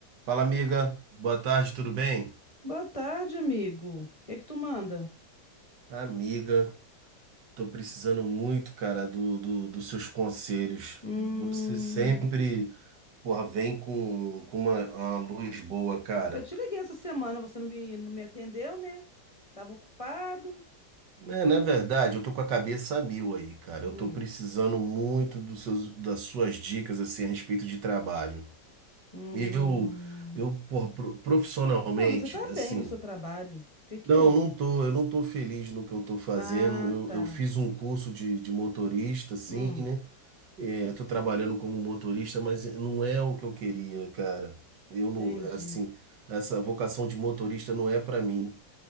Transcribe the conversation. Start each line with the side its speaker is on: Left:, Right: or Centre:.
Right: Fala, amiga. Boa tarde, tudo bem?
Left: Boa tarde, amigo. O que que tu manda?
Right: Amiga, tô precisando muito, cara, do, do- dos seus conselhos.
Left: Hum,
Right: Você sempre, porra, vem com, com uma, uma luz boa, cara.
Left: eu te liguei essa semana, você não me, não me atendeu, né? Tava ocupado.
Right: É, na verdade, eu tô com a cabeça a mil aí, cara.
Left: Hum,
Right: Eu tô precisando muito dos seus, das suas dicas, assim, a respeito de trabalho.
Left: hum.
Right: Eu, eu, porra, pro- profissionalmente,
Left: Mas você tá
Right: assim,
Left: bem no seu trabalho. O que que
Right: não,
Left: houve?
Right: não tô, eu não tô feliz no que eu tô fazendo.
Left: Ah,
Right: Eu,
Left: tá.
Right: eu fiz um curso de, de motorista, assim,
Left: Hum,
Right: né? É, tô trabalhando como motorista, mas não é o que eu queria, cara. Eu não,
Left: entendi.
Right: assim, essa vocação de motorista não é pra mim.